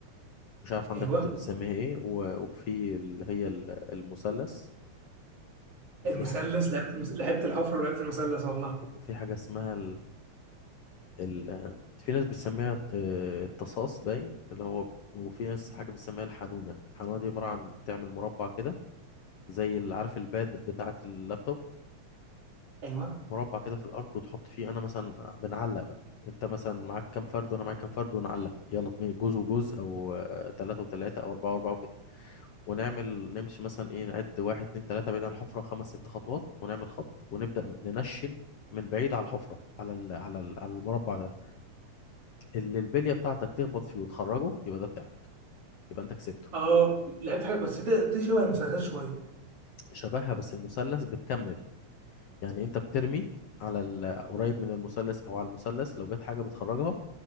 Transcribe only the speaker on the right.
<laughs> ايوه
المثلث
لعبت المس... لعبت الحفره ولعبت المثلث والله
ايوه
اه لعبت حاجه بس ده دي شبه المسلسلات شويه